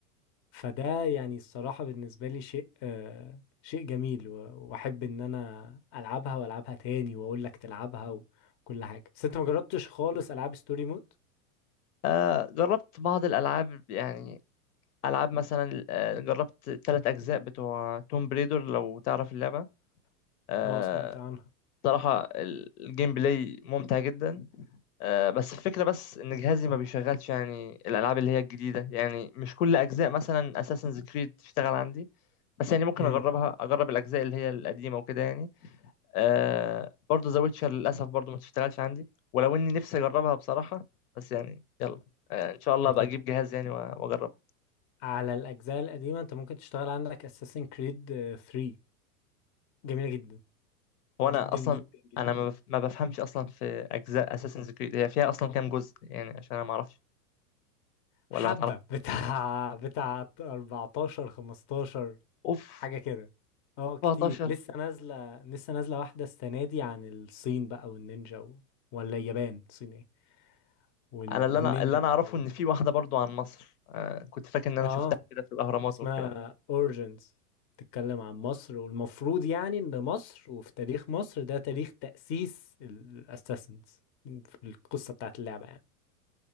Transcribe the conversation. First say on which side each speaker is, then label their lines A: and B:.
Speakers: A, on the left; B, on the left.
A: فده يعني الصراحة بالنسبة لي شيء آه شيء جميل و- وأحب إن أنا ألعبها وألعبها تاني وأقول لك تلعبها وكل حاجة بس أنت ما جربتش خالص ألعاب ستوري مود؟
B: آه جربت بعض الألعاب يعني ألعاب مثلا آه جربت التلات أجزاء بتوع توم بريدر لو تعرف اللعبة آه
A: أه سمعت عنها
B: صراحة ال- الجيم بلاي ممتع جدا آه بس الفكرة بس إن جهازي ما بيشغلش يعني الألعاب اللي هي الجديدة يعني مش كل أجزاء مثلا أساسنز كريد تشتغل عندي بس يعني ممكن
A: امم
B: أجربها أجرب الأجزاء اللي هي القديمة وكده يعني آه برضه ذا ويتشر للأسف برضه ما تشتغلش عندي ولو إني نفسي أجربها بصراحة بس يعني يلا آه إن شاء الله
A: أنت
B: أبقى أجيب جهاز يعني وأ- وأجربها
A: على الأجزاء القديمة أنت ممكن تشتغل عندك أساسن كريد 3 جميلة جدا
B: هو
A: جدا
B: أنا أصلا
A: جدا جدا
B: أنا ما بف- ما بفهمش أصلا في أجزاء أساسنز كريد هي فيها أصلا كام جزء يعني عشان أنا ما أعرفش ولا
A: حبة
B: ما تعرفش
A: بتاع بتاع 14 15
B: أوف
A: حاجة كده اه كتير
B: 17
A: لسه نازلة لسه نازلة واحدة السنة دي عن الصين بقى والنينجا و... ولا اليابان الصين ايه وال...
B: أنا اللي
A: والنينجا
B: أنا اللي أنا
A: بقى
B: أعرفه
A: و...
B: إن في واحدة برضه عن مصر آه كنت فاكر إن أنا
A: اه
B: شفتها كده في الأهرامات
A: اسمها
B: والكلام ده
A: اوريجينز تتكلم عن مصر والمفروض يعني ان مصر وفي تاريخ مصر ده تاريخ تأسيس الاساسنز في القصة بتاعت اللعبة يعني